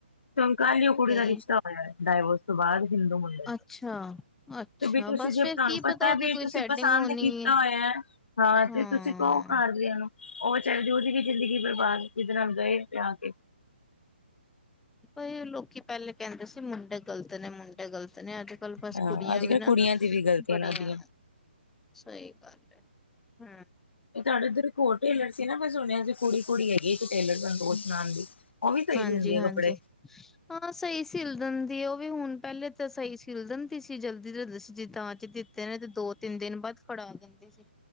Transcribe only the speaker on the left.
ਤੇ ਹੂਨ, ਕੱਲ ਈ ਕੁੜੀ
ਦਾ ਰਿਸ਼ਤਾ ਹੋਇਆ ਡਾਇਵੋਰਸ ਤੋਂ ਬਾਅਦ, ਹਿੰਦੂ ਮੁੰਡੇ,
ਤੇ ਤੁਸੀਂ,
ਜੇ
ਤਾਨੂੰ
ਪਤਾ
ਐਵੀ,
ਤੁਸੀਂ
ਪਸੰਦ
ਕੀਤਾ
ਹੋਇਆ ਹਾਂ
ਤੇ ਤੁਸੀਂ ਕੋ, ਘਰ ਦਿਆਂ ਨੂੰ, ਓਹ ਚਾਹੀਦੀ ਓਦੀ ਵੀ ਜ਼ਿੰਦਗੀ ਬਰਬਾਦ, ਜਿਦੇ ਨਾਲ ਗਏ, ਆ ਕੇ
ਹਾਂ
ਅੱਜ ਕੱਲ੍ਹ
ਕੁੜੀਆਂ ਦੀ ਵੀ ਗ਼ਲਤੀਆਂ
ਲੱਗਦੀਆਂ
ਤੇ ਤੁਹਾਡੇ ਉੱਧਰ ਇਕ ਹੋਰ ਟੇਲਰ ਸੀ ਨਾ ਮੈਂ ਸੁਣਿਆ ਸੀ, ਕੁੜੀ, ਕੁੜੀ ਹੈਗੀ ਇੱਕ ਟੇਲਰ ਦਾ ਦੋਸ ਨਾਲ ਦੀ ਉਹ ਵੀ ਸਹੀ
ਸੀਂਦੀ
ਹੈ ਕੱਪੜੇ